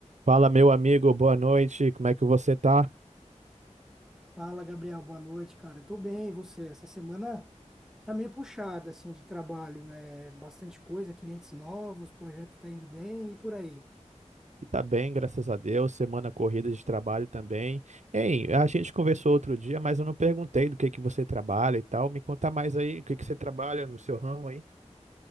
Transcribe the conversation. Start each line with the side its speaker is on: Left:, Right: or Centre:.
Right: Fala, meu amigo, boa noite. Como é que você tá?
Centre: Fala, Gabriel, boa noite, cara. Tô bem, e você? Essa semana tá meio puxada, assim, de trabalho. É bastante coisa, clientes novos, projeto tá indo bem e por aí.
Right: Tá bem, graças a Deus. Semana corrida de trabalho também. Hein, a gente conversou outro dia, mas eu não perguntei do que que você trabalha e tal. Me conta mais aí, o que que você trabalha no seu ramo aí?